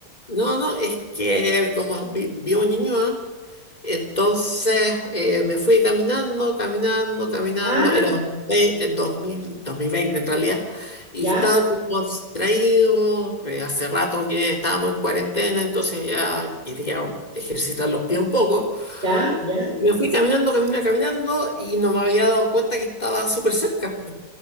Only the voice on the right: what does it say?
Ah,
ya,
ya, ya.